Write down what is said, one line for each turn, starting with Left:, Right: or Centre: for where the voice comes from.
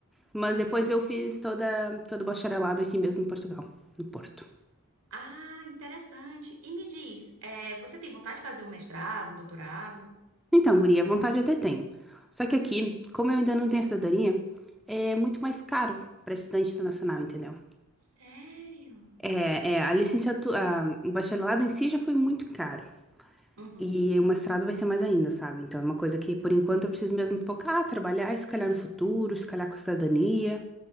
Centre: mas
Right: Uhum.
Centre: depois eu fiz toda, todo o bacharelado aqui mesmo em Portugal, no Porto.
Right: Ah, interessante. E me diz, é, você tem vontade de fazer um mestrado, um doutorado?
Centre: Então, guria, vontade eu até tenho. Só que aqui, como eu ainda não tenho cidadania, é muito mais caro para estudante internacional, entendeu?
Right: Sério?
Centre: É, é, a licenciatura, o bacharelado em si já foi muito caro.
Right: Uhum.
Centre: E o mestrado vai ser mais ainda, sabe? Então é uma coisa que, por enquanto, eu preciso mesmo focar, trabalhar, e se calhar no futuro, se calhar com a cidadania.